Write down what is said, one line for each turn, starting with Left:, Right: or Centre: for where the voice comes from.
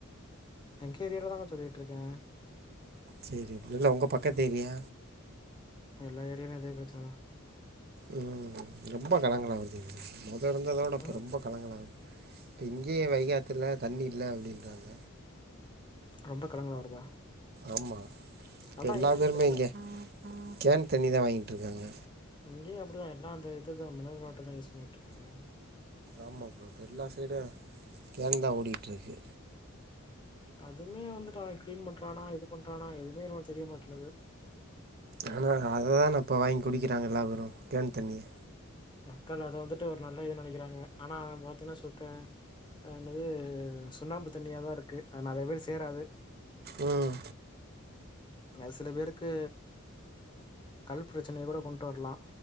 Left: எங்க ஏரியால தாங்க சொல்லிகிட்ருக்கே
Right: செரி இல்ல உங்க பக்கத்தேரியா
Left: எல்லா ஏரியாலயோ அதே பிரச்சனதா
Right: ம் ரொம்ப கலங்களா வருது மொத இருந்ததோட
Left: தா
Right: இப்போ
Left: ம்
Right: ரொம்போ கலங்கலா வரோ இப்ப இங்கேயே வைகாத்துல தண்ணி இல்ல அப்டீன்றாங்க
Left: ரொம்ப கலங்களலா வருதா
Right: ஆமா இப்போ
Left: அதா
Right: எல்லா
Left: என்னன்னு
Right: பேருமே
Left: தெர்ல
Right: இங்கே கேன் தண்ணிதா வாங்கிட்டுருக்காங்க
Left: இங்கய அப்படிதா எல்லா அந்த இதுதா மினரல் வாட்டர்தா யூஸ் பண்ணிட்டு இருக்காங்க
Right: ஆமா அப்புறோ இப்ப எல்லா சைடு கேன்தா ஓடிட்டு இருக்கு
Left: அதுமே வந்துட்டு அவன் கிளீன் பண்றானா இது பண்றானா எதுவுமே நமக்கு தெரிய மாட்டுனுது
Right: ஆனா அததான இப்போ வாங்கி குடிக்கிறாங்க எல்ல பேரு கேன் தண்ணிய
Left: மக்கள் அத வந்துட்டு ஒரு நல்ல இது நெனைக்கிறாங்க ஆனா அவ <unintelligible> சுத்த ம் என்னது சுண்ணாம்பு தண்ணியாதா இருக்கு அது நெறைய பேரு சேராது
Right: ம்
Left: அது சில பேருக்கு கல் பிரச்சனைய கூட கொண்டு வரலா